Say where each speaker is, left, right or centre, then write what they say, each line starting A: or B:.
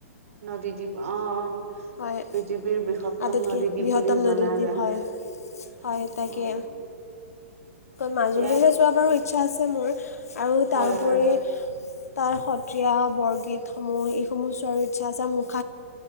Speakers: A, on the right; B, on the left.
A: নদীদ্বীপ অ',
B: হয়
A: পৃথিৱীৰ বৃহত্তম
B: আটাইতকৈ
A: নদীদ্বীপ
B: বৃহত্তম
A: বুলিও
B: নদীদ্বীপ
A: জনা যায়
B: হয় হয় তাকে
A: অ'।
B: মাজুলীলৈ
A: তাতে
B: যোৱা বাৰু ইচ্ছা আছে মোৰ আৰু
A: হয়
B: তাৰোপৰি
A: হয়
B: তাৰ সত্ৰীয়া বৰগীতসমূহ এইসমূহ চোৱাৰো ইচ্ছা আছে মো